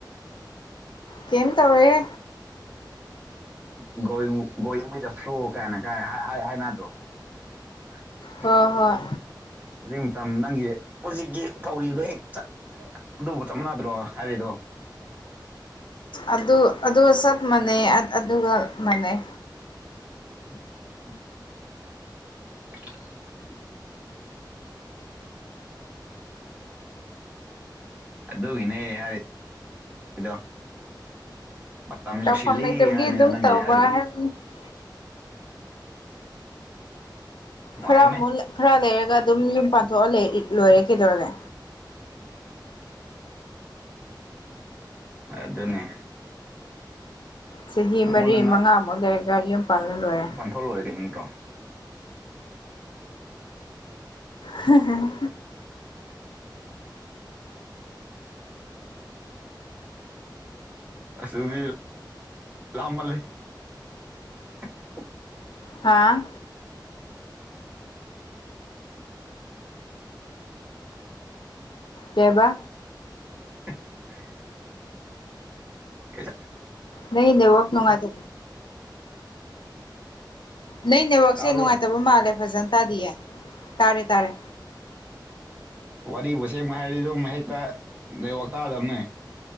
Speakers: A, on the left; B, on the right.
A: ꯀꯦꯝ ꯇꯧꯔꯣꯢꯍꯦ
B: ꯎ ꯒꯣꯋꯨ ꯒꯣꯋꯤꯡ ꯋꯤꯠ ꯗ ꯐ꯭ꯂꯣ ꯀꯥꯏꯅ ꯀ ꯍꯥꯢ ꯍꯥꯢ ꯍꯥꯏꯅꯗ꯭ꯔꯣ <inaudible>
A: ꯍꯣꯏ ꯍꯣꯏ
B: ꯍꯧꯖꯤꯛ ꯃꯇꯝ ꯅꯪꯒꯤ ꯍꯧꯖꯤꯛꯀꯤ ꯇꯧꯔꯤꯕꯗꯣ ꯍꯦꯛ ꯆꯠ ꯑꯗꯨꯕꯨ ꯆꯞꯅꯥꯗ꯭ꯔꯣ ꯍꯥꯏꯔꯤꯗꯣ
A: ꯑꯗꯨ ꯑꯗꯨꯒ ꯆꯞ ꯃꯥꯟꯅꯩ ꯑ ꯑꯗꯨꯒ ꯃꯥꯟꯅꯩ
B: <inaudible> <inaudible> ꯑꯗꯨꯒꯤꯅꯦ ꯍꯥꯏꯔꯤ ꯗꯣ ꯃꯇꯝ
A: ꯇꯧꯐꯝ
B: ꯌꯧꯁꯤꯜꯂꯤ
A: ꯂꯩꯇꯕꯒꯤ
B: ꯍꯥꯏꯕꯅꯤꯅ
A: ꯑꯗꯨꯝ
B: ꯅꯪꯒꯤ ꯍꯥꯏꯕꯗꯣ
A: <unintelligible>
B: ꯅꯨꯡꯉꯥꯏꯕꯅꯦ
A: ꯈꯔ ꯑꯃꯨꯛ ꯈꯔ ꯂꯩꯔꯒ ꯑꯗꯨꯝ ꯌꯨꯝ ꯄꯥꯟꯊꯣꯛꯑ ꯂꯣꯏꯔꯦ ꯀꯩꯗꯧꯔꯒꯦ
B: ꯍꯣꯏ ꯑꯗꯨꯅꯦ
A: ꯆꯍꯤ
B: ꯅꯪꯉꯣꯟꯗ
A: ꯃꯔꯤ ꯃꯉꯥꯃꯨꯛ ꯂꯩꯔꯒ ꯌꯨꯝ ꯄꯥꯟꯂ ꯂꯣꯏꯔꯦ
B: ꯊꯣꯛꯑꯣ ꯂꯣꯏꯔꯦ ꯀꯩꯅꯣ ꯅꯠꯇ꯭ꯔꯣ
A: ꯍꯥ ꯍꯥ ꯍꯥ
B: ꯑꯁ ꯑꯗꯨꯗꯤ ꯂꯥꯞꯃꯜꯂꯤ <inaudible>
A: ꯍꯥꯥ ꯀꯩꯕ
B: <unintelligible> ꯀꯩ <unintelligible>
A: ꯅꯪꯒꯤ ꯅꯦꯠꯋꯛ ꯅꯨꯡꯉꯥꯏꯇ ꯅꯣꯏ ꯅꯦꯠꯋꯥꯛꯁꯦ
B: ꯇꯥꯕ꯭ꯔꯣ
A: ꯅꯨꯡꯉꯥꯏꯇꯕ ꯃꯥꯜꯂꯦ ꯐꯖꯅ ꯇꯥꯗꯤꯌꯦ ꯇꯥꯔꯦ ꯇꯥꯔꯦ
B: ꯋꯥꯔꯤꯕꯨ ꯁꯦꯡꯕ ꯍꯥꯏꯔꯗꯤ ꯑꯗꯨꯝ ꯍꯦꯛꯇ ꯅꯦꯠꯋꯥꯛ ꯇꯥꯗꯕꯅꯦ